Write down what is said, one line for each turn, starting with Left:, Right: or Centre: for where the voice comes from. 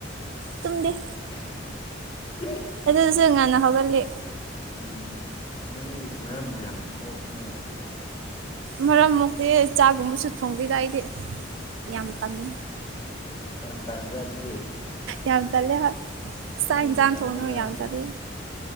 Right: ꯇꯨꯡꯗꯦ
Left: ꯍ
Right: ꯑꯗꯨꯁꯨ ꯉꯥꯟ ꯍꯒꯜꯂꯤ
Left: ꯎꯝ ꯅꯪꯗꯤ ꯃꯔꯝ ꯃꯌꯥꯝ ꯀꯣꯛꯄꯅꯤꯅ
Right: ꯃꯔꯛ ꯃꯛꯇꯤ ꯆꯥꯒꯨꯝꯕꯁꯨ ꯊꯣꯡꯗꯗ ꯑꯩꯗꯤ ꯌꯥꯝ ꯇꯅꯤ
Left: ꯌꯥꯝ ꯇꯟꯕ꯭ꯔꯥ ꯑꯗꯨꯗꯤ
Right: ꯌꯥꯝ ꯇꯠꯂ ꯍꯣꯏ ꯆꯥꯛ
Left: ꯀꯔꯤꯒꯤ
Right: ꯌꯦꯟꯁꯥꯡ
Left: ꯇꯟꯕ꯭ꯔꯥꯅ
Right: ꯊꯣꯡꯅ ꯌꯥꯝ ꯇꯂ